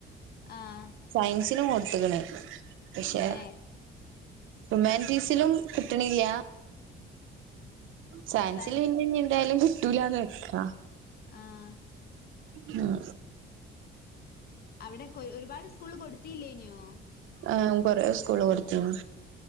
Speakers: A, on the left; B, on the right.
A: ആഹ്
B: സയൻസിനും കൊട്ത്ത്ക്ക്ണ് പക്ഷെ?
A: ഏഹ്
B: ഹ്യൂമാൻറ്റിസിലും കിട്ട്ണില്ല? സയൻസിൽ
A: സയൻസ്
B: പിന്നെ ഇനി എന്തായാലും കിട്ടൂലാന്ന് വെക്കാ.
A: ആഹ്
B: ഉം.
A: അവിടൊക്കെ ഒരുപാട് സ്കൂളിലൊക്കെ കൊട്ത്തില്ലേന്യോ?
B: ആഹ് കൊറേ സ്കൂള് കൊട്ത്തീണ്